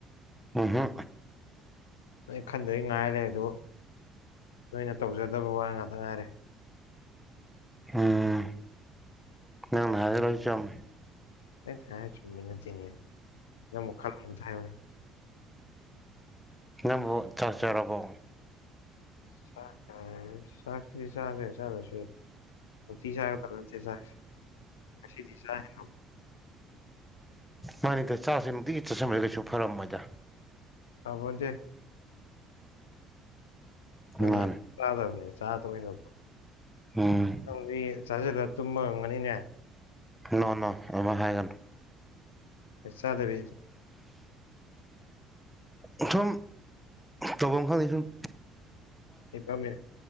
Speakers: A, in the centre; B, on the left.
A: ꯍ ꯍꯣ
B: ꯅꯣꯏ ꯈꯟꯗꯣꯏ ꯉꯥꯏꯔꯔꯦ ꯑꯗ ꯅꯣꯏꯅ ꯇꯧꯖꯗꯕ ꯋꯥ ꯉꯥꯛꯇ ꯉꯥꯏꯔꯦ
A: ꯎꯝ ꯅ ꯃꯦꯣꯏ ꯆꯝ
B: ꯑꯩ ꯊ ꯆꯨꯝꯃꯤ ꯅꯠꯇꯦꯅꯦ ꯅꯪ ꯑꯃꯨꯛ ꯈꯥ ꯑꯝ ꯊ ꯍꯥꯏꯌꯣꯅꯦ
A: ꯅꯪꯕꯨ ꯆꯠ ꯆꯔꯕꯣ
B: ꯁꯥꯥꯏ ꯁꯥꯠꯗꯤ ꯆꯁꯦ ꯆꯂꯁꯦ ꯇ ꯆꯒ ꯇꯖ ꯀꯖꯒ
A: ꯃꯥꯅꯤꯗ ꯆꯥꯛꯥꯁꯦ ꯅꯨꯡꯇꯤꯒꯤ ꯆꯠꯁꯟꯕ ꯀꯩꯁꯨ ꯐꯔꯝꯃꯣꯏꯗ
B: ꯇꯕꯣ ꯗꯦ ꯑꯗꯨꯅ
A: ꯃꯥꯅꯤ
B: ꯑꯩ ꯆꯥꯗꯕꯅꯦ ꯆꯥꯗ ꯑꯣꯏꯅꯧꯕ
A: ꯎꯝ
B: ꯗꯤ ꯆꯥꯁꯤꯂ ꯇꯨꯝꯕ ꯉꯝꯒꯅꯤꯅꯦ
A: ꯅ ꯅ ꯑꯃ ꯍꯥꯏꯒꯅ
B: ꯄꯩꯁꯥꯗꯕꯤ
A: ꯎ ꯏ ꯊꯨꯝ ꯇꯧꯕ ꯈꯨꯝ
B: ꯍꯤꯄꯝꯃꯦ